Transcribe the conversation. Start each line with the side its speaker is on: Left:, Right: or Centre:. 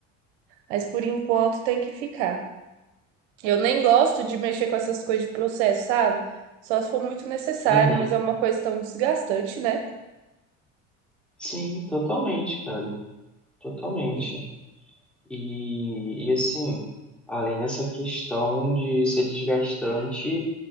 Right: mas por enquanto tem que ficar. Eu nem gosto de mexer com essas coisas de processo, sabe? Só se for muito necessário,
Centre: Uhum.
Right: mas é uma coisa tão desgastante, né?
Centre: Sim, totalmente, cara. Totalmente.
Right: E-
Centre: E, e assim, além dessa questão de ser desgastante,